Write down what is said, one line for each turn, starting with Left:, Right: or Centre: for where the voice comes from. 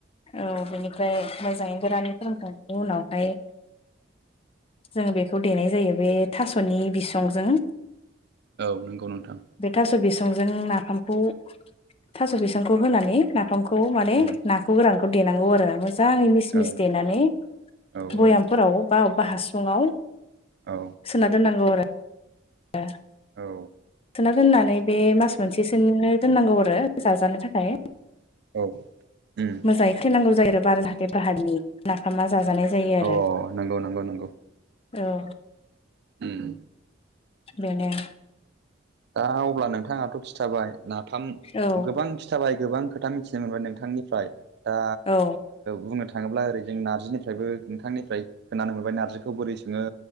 Left: औ बेनिफ्राय मोजाङै गोरानै फोरानखांनायनि उनावहाय जों बेखौ देनाय जायो बे थास'नि बिसंजों
Right: औ नंगौ नोंथां
Left: बे <unintelligible> नाफामखौ थास' बिसंखौ होनानै नाफामखौ माने
Right: उम
Left: नाखौ ना गोरान देनांगौ आरो मोजाङै मिस मिस
Right: औ
Left: देनानै
Right: औ
Left: बयामफोराव
Right: औ
Left: बा हासुङाव
Right: औ
Left: सोना दोननांगौ आरो ए
Right: औ
Left: सोना दोननानै बे मास मोनसेसोनो दोननांगौ आरो जाजानो थाखाय
Right: औ उम
Left: मोजाङै खैनांगौ जायो आरो बार जाहाथे बाहारनि नाफामा जाजानाय जायो आरो
Right: अ नंगौ नंगौ नंगौ
Left: औ
Right: उम
Left: बेनोे
Right: दा अब्ला नोंथाङाथ' खि खिथाबाय नाफाम
Left: औ
Right: गोबां खिथाबाय गोबां खोथा मिथिनो मोनबाय नोंथांनिफ्राय दा
Left: औ
Right: बुंनो थाङोब्ला ओरै जों नार्जिनिफ्रायबो नोंथांनिफ्राय खोनानो मोनबाय नार्जिखौ बोरै सोङो